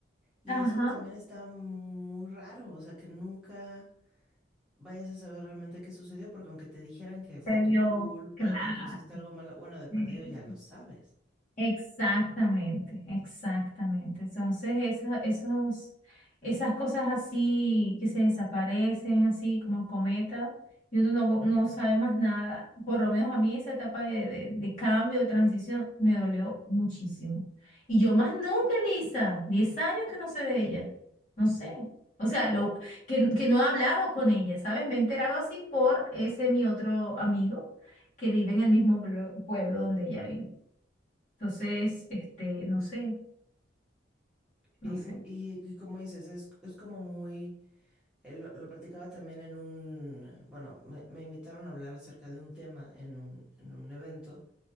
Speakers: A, in the centre; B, on the left.
A: Y
B: Ajá,
A: eso también está muy raro, o sea, que nunca vayas a saber realmente qué sucedió, porque aunque te dijeran que fue
B: se
A: tu
B: vio,
A: culpa,
B: claro.
A: que tú hiciste algo malo, bueno, de perdido
B: sí.
A: ya lo sabes.
B: Exactamente, exactamente. Entonces, esa- esos, esas cosas así que se desaparecen, así como cometa, y uno no, no sabe más nada, por lo menos a mí esa etapa de, de, de cambio, de transición, me dolió muchísimo. Y yo más nunca, Lisa, Diez años que no sé de ella, no sé. O sea, lo, que, que no he hablado con ella, ¿sabes? Me he enterado así por ese mi otro amigo que vive en el mismo pueblo pueblo donde ella vive. Entonces, este, no sé, no
A: Y,
B: sé.
A: y- y como dices, es, es como muy, eh, lo, lo platicaba también en un, bueno, me, me invitaron a hablar acerca de un tema en un, en un evento.